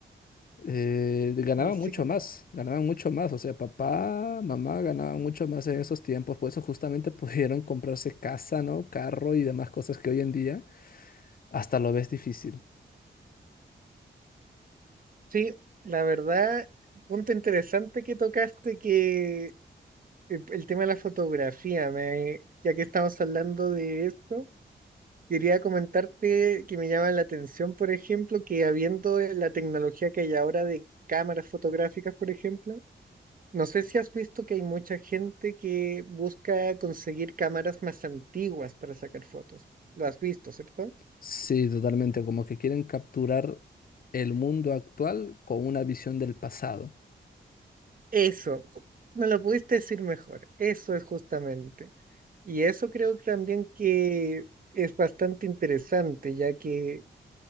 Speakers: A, on the left (about 50°); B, on the right (about 45°).
A: eh, ganaban
B: Y sí,
A: mucho más, ganaban mucho más, o sea, papá, mamá ganaban mucho más en esos tiempos, por eso justamente <laughs> pudieron comprarse casa, ¿no? Carro y demás cosas que hoy en día hasta lo ves difícil.
B: sí, la verdad punto interesante que tocaste que el, el tema de la fotografía, me, ya que estamos hablando de esto, quería comentarte que me llama la atención, por ejemplo, que habiendo la tecnología que hay ahora de cámaras fotográficas, por ejemplo, no sé si has visto que hay mucha gente que busca conseguir cámaras más antiguas para sacar fotos. Lo has visto, ¿cierto?
A: Sí, totalmente, como que quieren capturar el mundo actual con una visión del pasado.
B: Eso, ju- me lo pudiste decir mejor, eso es justamente. Y eso creo que también que es bastante interesante, ya que